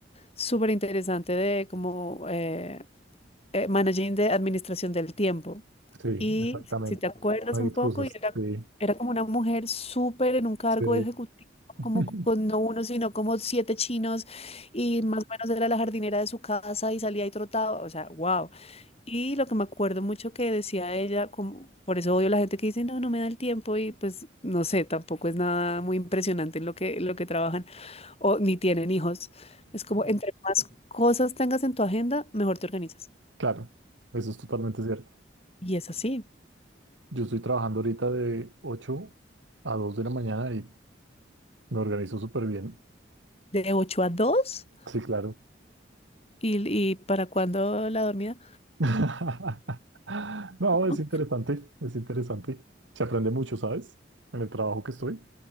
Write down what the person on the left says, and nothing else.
súper interesante de como eh, eh, Managing de Administración del Tiempo.
Y
si si te acuerdas
un
poco, y era,
era como una mujer súper en un cargo
ejecutivo,
como con no uno, sino como siete chinos, y más o menos era la jardinera de su casa y salía y trotaba, o sea, wow. Y lo que me acuerdo mucho que decía ella, como, por eso odio la gente que dice, no, no me da el tiempo, y pues no sé, tampoco es nada muy impresionante en lo que, lo que trabajan, o ni tienen hijos. Es como, entre más cosas tengas en tu agenda, mejor te organizas.
Y es así,
de 8 a 2
y, y para cuándo la dormida.
No,